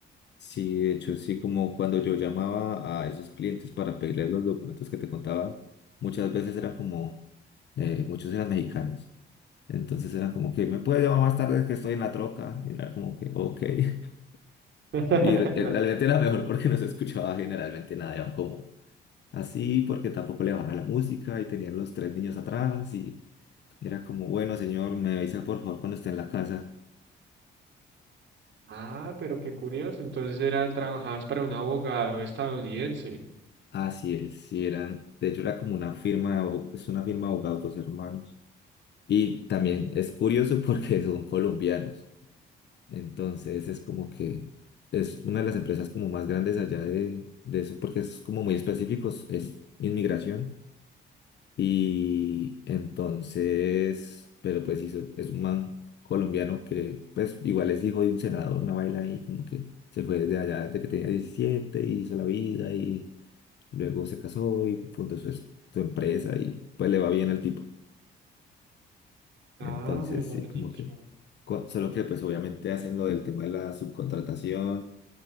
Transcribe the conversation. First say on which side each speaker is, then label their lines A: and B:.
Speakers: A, on the left; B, on the right.
A: Sí, de hecho, sí, como cuando yo llamaba a esos clientes para pedirles los documentos que te contaba, muchas veces eran como, eh, muchos eran mexicanos. Entonces eran como que, ¿me puedes llamar más tarde que estoy en la troca? Y era como que, ok. <laughs>
B: <laughs>
A: Y re-
B: La
A: eh, realmente
B: trama.
A: era mejor porque no se escuchaba generalmente nada, eran como así, porque tampoco le bajaba la música y tenían los tres niños atrás y era como, bueno, señor, me avisa por favor cuando esté en la casa.
B: Ah, pero qué curioso. Entonces era, trabajabas para un abogado estadounidense.
A: Así es, sí, eran, de hecho era como una firma, de abo- es una firma de abogados, dos hermanos. Y también es curioso <laughs> porque son colombianos. Entonces es como que es una de las empresas como más grandes allá de, de eso porque es como muy específicos, es inmigración. Y entonces, pero pues hizo- es un man colombiano que pues igual es hijo de un senador, una vaina ahí como que se fue desde allá desde que tenía 17 y hizo la vida y luego se casó y fundó su, es- su empresa y pues le va bien al tipo.
B: Ah,
A: Entonces,
B: mejor
A: sí, como
B: dicho.
A: que, co- solo que pues obviamente hacen lo del tema de la subcontratación,